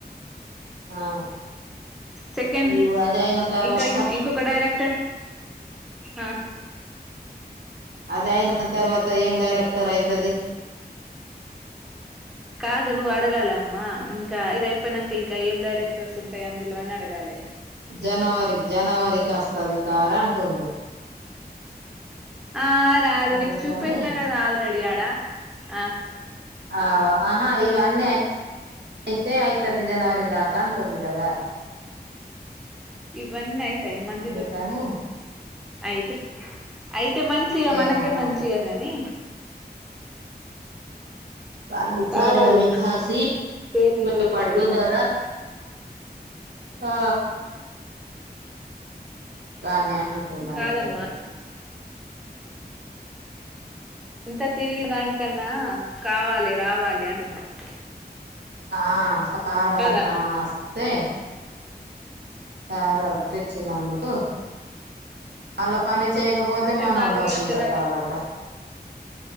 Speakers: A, on the right (about 80°); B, in the centre.
A: ఆ
B: సెకండ్
A: నీవు అది అయిన తర్వాత
B: ఇంకా ఇంకొక డైరెక్టర్ ఆ
A: అద అయిన తర్వాత ఏం డైరెక్టర్ అయితుది
B: కాదు నువ్వు అడగాలి అమ్మా ఇంకా ఇది అయిపోయినాక ఇంకా ఏం డైరెక్టర్స్ ఉంటాయి అందులో అని అడగాలి
A: జనవరి జనవరికి వస్తుది సార్ అంటుంది
B: ఆ రాదు
A: అందుకని
B: నీకు చూప పెట్టినా కదా ఆల్రెడీ ఆడా ఆ
A: ఆ ఆహా ఇవన్నీ అయితే అయితుది జనవరి దాకా అంటుంది కదా
B: ఇవన్న అయితాయి మల్లి
A: అందుకని
B: దొరుకుతారా అయితే అయితే మంచిగా
A: ఏమో
B: మనకే
A: మరి
B: మంచిగా గాని
A: పారి చారి
B: కావాలి
A: అవిఖాసి
B: పేరు మీద
A: బ
B: పెట్టాలి
A: పట్టు
B: తిరిగినంత
A: దాల ఆ కాగనీ అంటన్నానేను
B: కాదమ్మా
A: కూడా
B: ఇంత తిరిగి దానికన్నా కావాలి రావాలి అంటున్నారు
A: ఆ సారామా
B: కదా
A: అస్తస్తే <unintelligible> వర అర్ధచ్చి నన్నకు <unintelligible> అళ్లా పని చేయకపోతే
B: అస
A: మనం
B: కాదు
A: డబ్బులు
B: ఇగ వచ్చేదాకా
A: కట్టాలట